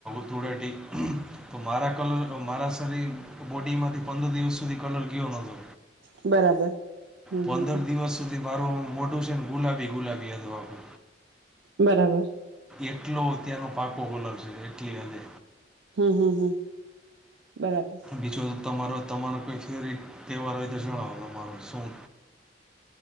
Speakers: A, in the centre; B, on the right.
A: ધૂળેટી તો મારા કલર મારા શરીર બોડીમાંથી પંદર દિવસ સુધી કલર ગયો નતો
B: બરાબર હમ
A: પંદર
B: હમ હમ
A: દિવસ સુી મારું મોટું છે ને ગુલાબી ગુલાબી હતું આખુ
B: બરાબર
A: એટલો ત્યાંનો પાકો કલર છે એટલી હદે
B: હમ હમ હમ બરાબર
A: બીજો તમારો તમારો કોઈ ફેવરિટ તહેવાર હોય તો જણાવો તમારો શું?